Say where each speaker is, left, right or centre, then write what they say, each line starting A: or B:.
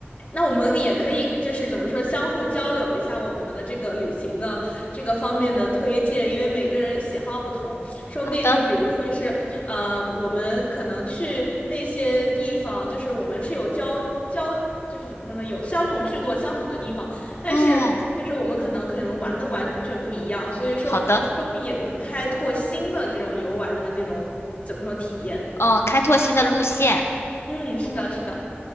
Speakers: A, on the left (about 35°); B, on the left (about 80°).
A: 那我们也可以就是怎么说，相互交流一下我们的这个旅行的这个方面的推荐，因为每个人喜好不同，说不定就比如说是呃，
B: 好的，
A: 我们可能去那些地方，就是我们是有交交，就是怎么说呢，有相同去过相同的地方，但是就是我们可能可能玩的完全不一样，
B: 嗯，
A: 所以说说不定也能开拓新的这种游玩的这种怎么说体验。
B: 好的，嗯，开拓新的路线。
A: 嗯，是的，
B: 嗯。
A: 是的，